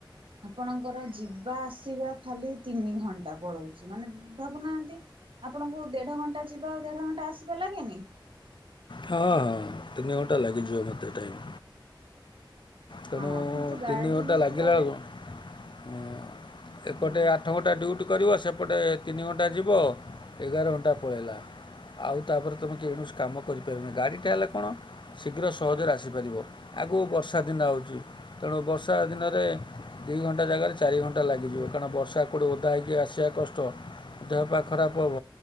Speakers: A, on the right (about 90°); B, on the left (about 65°).
A: ଆପଣଙ୍କର ଯିବା ଆସିବା ଖାଲି ତିନି ଘଣ୍ଟା ପଳଉଚି। ମାନେ ଭାବୁନାହାନ୍ତି ଆପଣଙ୍କୁ ଦେଢ ଘଣ୍ଟା ଯିବା ଆଉ ଦେଢ ଘଣ୍ଟା ଆସିବା ଲାଗେନି।
B: ହଁ ହଁ ତିନି ଘଣ୍ଟା ଲାଗିଯିବ ମୋତେ ଟାଇମ୍। ତେଣୁ
A: ହଁ କିନ୍ତୁ ଗାଡି
B: ତିନି ଘଣ୍ଟା
A: ନେଇକି
B: ଲାଗିଲା
A: ଗଲେ
B: ବେଳକୁ ଉଁ ଏପଟେ
A: ହଁ
B: ଆଠ ଘଣ୍ଟା ଡ୍ୟୁଟି କୁ କରିବ ସେପଟେ ତିନି ଘଣ୍ଟା ଯିବ। ଏଗାର ଘଣ୍ଟା ପଳେଇଲା। ଆଉ ତାପରେ ତମେ ତେଣୁ କିଛି କାମ କରିପାରିବନି। ଗାଡିଟା ହେଲେ କଣ ଶୀଘ୍ର ସହଜରେ ଆସିପାରିବ। ଆଗକୁ ବର୍ଷା ଦିନ ଆଉଚି। ତେଣୁ ବର୍ଷା ଦିନରେ ଦୁଇ ଘଣ୍ଟା ଜାଗାରେ ଚାରି ଘଣ୍ଟା ଲାଗିଯିବ। କାରଣ ବର୍ଷା ଏପଟୁ ଓଦା ହେଇକି ଆସିବା କଷ୍ଟ। ଦେହ ପା ଖରାପ ହବ।